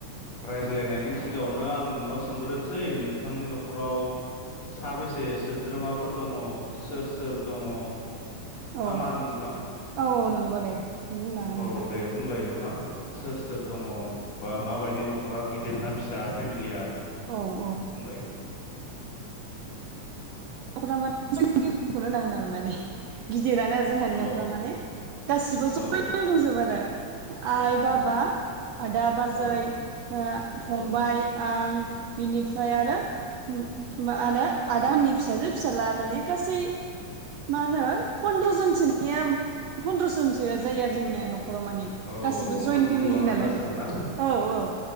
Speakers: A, on the left; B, on the right.
A: रायज्लायनायनि सिगाङावनो आं नोंनाव सोंग्रोनसै नोंथांनि न'खराव साबेसे सोद्रोमाफोर दङ सोर सोर दङ?
B: औ
A: ना मा होनो नोंथां
B: औ औ नंगौ दे। बुंनो हागोन
A: औ
B: नोंथां
A: दे। बुंलाय नोंथां सोर सोर दङ बा माबायदि न'खरा गिदिर ना फिसा फेमिलिया
B: औ
A: दे
B: औ ओ
A: बुंलाय
B: अेखौ होनांगोना ने गिदिरानो आरो जोंहानि
A: औ
B: न'खरा माने गासिबो ज'
A: औ
B: दंजोबो आरो आइ,
A: औ
B: बाबा आदा बाजै
A: औ
B: ओ फंबाय
A: औ
B: आं बिनिफ्राय आरो उम मा आदा आदा आंनि फिसाजो फिसाला माने गासै मा होनो फन्द्र' जोन सोनि <unintelligible> फन्द्र' जनसो जायो आरो जोंनिया न'खराव माने
A: औ
B: गासिबो
A: होमबाथ'
B: जयेन फेमिलि
A: गोबाङानो
B: नालाय
A: जासाबो ना
B: औ औ